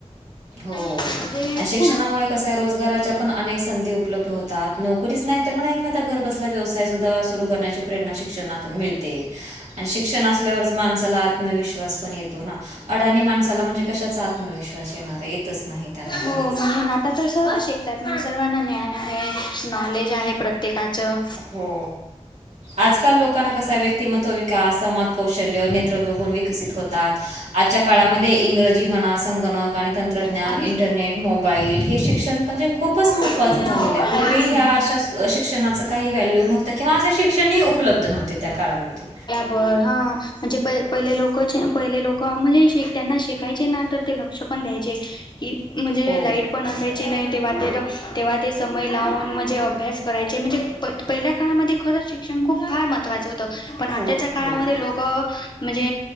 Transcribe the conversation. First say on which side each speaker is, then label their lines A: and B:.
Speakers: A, on the right; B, on the left.
A: हो
B: म्हणजे
A: आणि शिक्षणामुळे
B: खूप
A: कस रोजगाराच्या पण अनेक संधी उपलब्ध होतात. नोकरीच नाही तर मग एखादा घर बसला व्यवसाय सुधा सुरू करण्याची प्रेरणा शिक्षणून मिळते. आणि शिक्षण असल्यावरच माणसाला आत्मविश्वास पण येतो ना. अडाणी माणसाला म्हणजे कशाचा आत्मविश्वास येणार येतच नाही त्यांना काहीच.
B: हो म्हणून आता तर सर्व शिकतात. म्हणजे सर्वांना ज्ञान आहे नॉलेज आहे प्रत्येकाचं
A: हो. आजकाल लोकांना कसा व्यक्तिमत्वविकास समाज कौशल्य नेतृत्वपण विकसित होतात. आजच्या काळामध्ये इंग्रज जी म्हणा संगणक आणि तंत्रज्ञान,
B: काहीच
A: इंटरनेट, मोबाईल हे शिक्षण म्हणजे खूप खूपच महत्त्वाच
B: आदिवासी.
A: झालेलं आहे. पूर्वी ह्या अशा शिक्षणाचं काही व्हॅल्यू नव्हतं किंवा असे असे शिक्षण उपलब्ध नव्हते त्या काळामध्ये.
B: पर हा. म्हणजे प पहिले लोक पहिले लोक म्हणजे श त्यांना शिकायचे ना तर ते लक्ष पण द्यायचे. की म्हणजे
A: हो
B: लाईट पण असायच. चे नाही तेव्हा ते तेव्हा ते समय लावून म्हणजे अभ्यास करायचे म्हणजे प पहिल्या काळामध्ये खरंच शिक्षण खूप फार महत्त्वाचं होतं. पण
A: खूप
B: आताच्या काळामध्ये
A: खूप
B: लोक म्हणजे